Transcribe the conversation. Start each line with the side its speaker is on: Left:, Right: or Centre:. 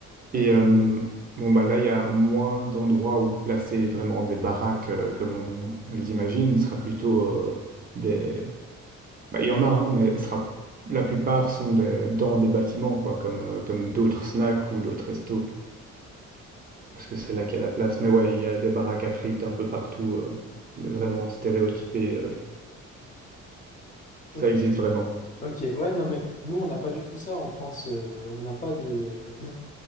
Left: D'accord.
Right: Et euh, bon, bah là, il y a moins d'endroits où placer vraiment des baraques euh, comme on, on les imagine. Ce sera plutôt euh, des. Bah, il y en a, hein, mais ce sera... la plupart sont des... dans des bâtiments, quoi, comme, euh, comme d'autres snacks ou d'autres restos. Parce que c'est là qu'il y a la place. Mais ouais, il y a des baraques à frites un peu partout, euh, vraiment stéréotypées. euh,
Left: Ok.
Right: ça existe vraiment.
Left: Ok, ouais, non, mais nous, on n'a pas du tout ça en France. euh, on n'a pas de. <clears throat>